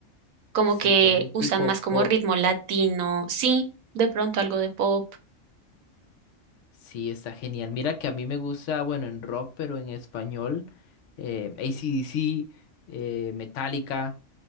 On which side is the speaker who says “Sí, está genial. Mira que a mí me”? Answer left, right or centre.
Left